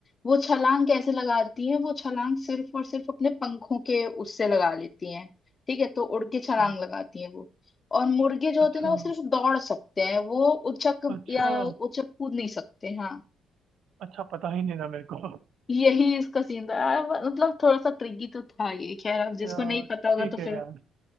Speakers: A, on the left (about 40°); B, on the right (about 60°).
A: वो छलांग कैसे लगाती हैं वो छलांग सिर्फ और सिर्फ अपने पंखों के उससे लगा लेती हैं ठीक है तो उड़ के छलांग
B: ना।
A: लगाती हैं वो और मुर्गे जो होते
B: अच्छा
A: हैं ना वो सिर्फ दौड़ सकते हैं वो उछक
B: अच्छा
A: या उछक कूद नहीं सकते हाँ
B: अच्छा पता ही नहीं था मेरे को
A: यही इसका सीन था आ, मतलब थोड़ा सा ट्रिकी तो था ये खैर अब जिसको
B: यार
A: नहीं पता होगा
B: ठीक
A: तो फिर
B: है यार